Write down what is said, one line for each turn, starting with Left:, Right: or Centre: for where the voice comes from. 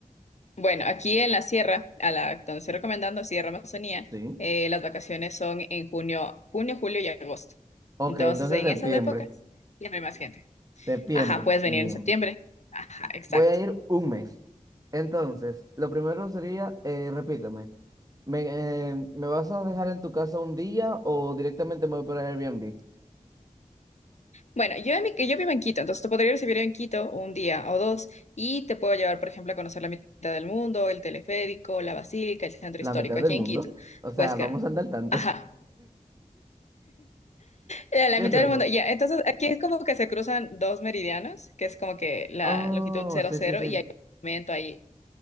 Left: Bueno, aquí en la sierra, a la donde estoy recomendando Sierra Amazonía,
Right: ¿Sí?
Left: eh, las vacaciones son en junio, junio, julio y agosto.
Right: Ok,
Left: Entonces,
Right: entonces
Left: en
Right: septiembre.
Left: esas épocas siempre hay más gente.
Right: Septiembre.
Left: Ajá, puedes
Right: Bien.
Left: venir en septiembre. Ajá, exacto.
Right: Voy a ir un mes. Entonces, lo primero sería, eh, repíteme, ¿me, eh, ¿me vas a dejar en tu casa un día o directamente me voy para Airbnb?
Left: Bueno, yo, en mi- yo vivo en Quito, entonces te podría recibir en Quito un día o dos y te puedo llevar, por ejemplo, a conocer la mitad del mundo, el teleférico, la basílica, el centro
Right: ¿La
Left: histórico,
Right: mitad del
Left: aquí
Right: mundo?
Left: en Quito.
Right: O
Left: Te
Right: sea,
Left: puedes quedar.
Right: vamos a andar al tanto.
Left: Ajá.
Right: <laughs>
Left: Eh, La
Right: ¿Qué
Left: mitad
Right: es eso?
Left: del mundo, ya. Entonces, aquí es como que se cruzan dos meridianos, que es como que la
Right: Oh,
Left: longitud cero
Right: sí,
Left: cero
Right: sí, sí.
Left: y hay un momento ahí.